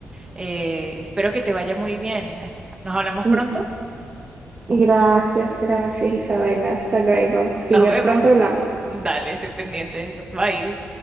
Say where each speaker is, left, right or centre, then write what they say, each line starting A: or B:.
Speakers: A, on the right (about 20°); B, on the right (about 35°).
A: Eh, espero que te vaya muy bien. Est- Nos hablamos
B: gra-
A: pronto.
B: gracias, gracias Isabela, hasta luego.
A: <laughs>
B: Sí,
A: Nos
B: ya
A: vemos.
B: pronto hablamos.
A: Dale, estoy pendiente. Bye.